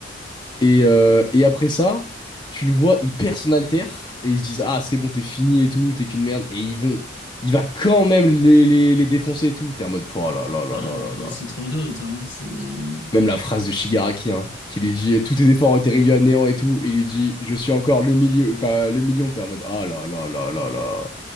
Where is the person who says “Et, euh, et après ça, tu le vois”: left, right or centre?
Left